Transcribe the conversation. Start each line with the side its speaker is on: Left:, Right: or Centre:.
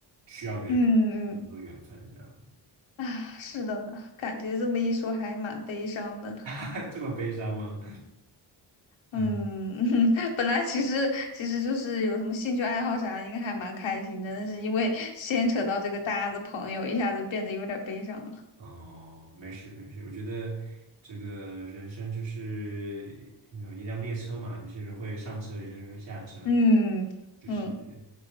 Right: 需要缘
Left: 嗯嗯
Right: 很多缘分这样，
Left: 啊，是的呢，感觉这么一说还蛮悲伤的呢。
Right: <laughs> 这么悲伤吗？嗯，
Left: 嗯，<laughs> 本来其实其实就是有什么兴趣爱好啥的，应该还蛮开心的，但是因为牵扯到这个搭子朋友，一下子变得有点悲伤了。
Right: <laughs> 哦，没事没事，我觉得这个人生就是有一辆列车嘛，有些人会上车，有些人会下车，
Left: 嗯嗯，
Right: 就是